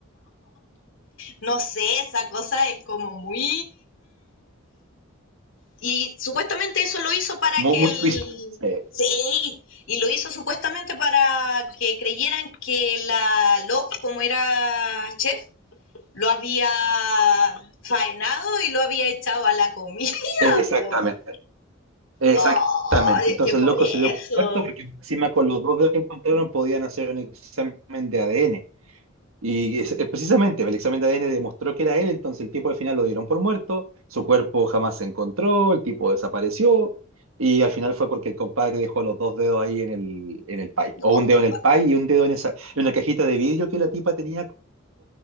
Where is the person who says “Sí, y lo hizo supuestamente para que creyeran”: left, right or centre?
Left